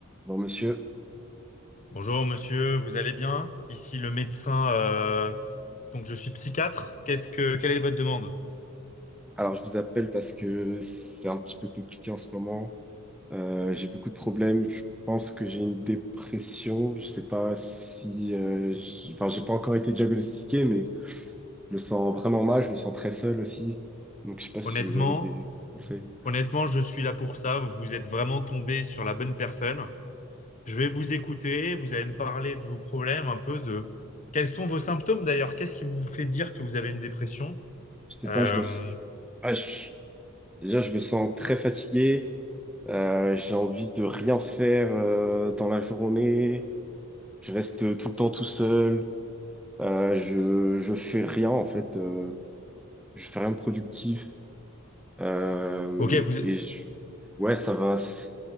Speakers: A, in the centre; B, on the left (about 35°).
A: Bon, monsieur,
B: Bonjour monsieur, vous allez bien? Ici le médecin, euh, donc je suis psychiatre. Qu'est-ce que, quelle est votre demande?
A: alors je vous appelle parce que c'est un petit peu compliqué en ce moment. Euh, j'ai beaucoup de problèmes. Je pense que j'ai une dépression. Je sais pas si, euh, j'- enfin, j'ai pas encore été diagnostiqué, mais je me sens vraiment mal. Je me sens très seul aussi. Donc, je sais pas si
B: Honnêtement,
A: vous avez des conseils.
B: honnêtement, je suis là pour ça. Vous êtes vraiment tombé sur la bonne personne. Je vais vous écouter. Vous allez me parler de vos problèmes, un peu de quels sont vos symptômes d'ailleurs. Qu'est-ce qui vous fait dire que vous avez une dépression?
A: Je sais
B: Euh,
A: pas. Je me, s- ah, je- déjà, je me sens très fatigué. Euh, j'ai envie de rien faire euh, dans la journée. Je reste tout le temps tout seul. Euh, je, je fais rien en fait. euh, je fais rien de productif. Euh,
B: ok, vous,
A: et je- ouais, ça va. c-